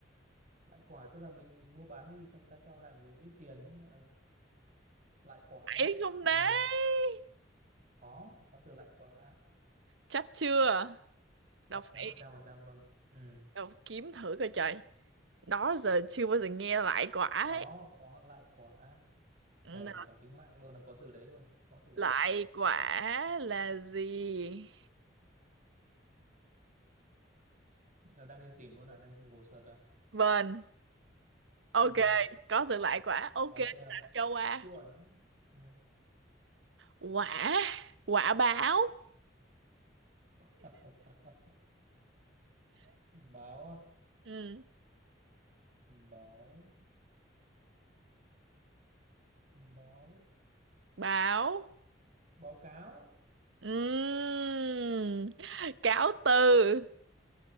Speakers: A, on the right (about 40°); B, on the right (about 75°).
A: lại quả tức là mình mình mua bán cái gì xong người ta cho lại mình ít tiền ừ, lại quả
B: phải không đấy
A: ừ. có có từ lại quả
B: chắc chưa đâu
A: chắc
B: phải
A: chắn một trăm phần trăm luôn ừ.
B: đâu kiếm thử coi trời đó giờ chưa bao giờ nghe lại quả ấy
A: có có lại quả
B: Ừ,
A: thề mà cả tính mạng luôn là có từ đấy luôn có từ
B: lại
A: lại quả đấy
B: quả là gì
A: là đang lên tìm luôn là đang Google search à
B: vâng Ok,
A: ừ.
B: có từ lại quả. Ok,
A: có chưa
B: đã cho qua.
A: chuẩn ừ.
B: Quả, quả báo.
A: <laughs> báo à?
B: Ừ,
A: báo báo
B: báo.
A: báo cáo
B: Ừm, cáo từ,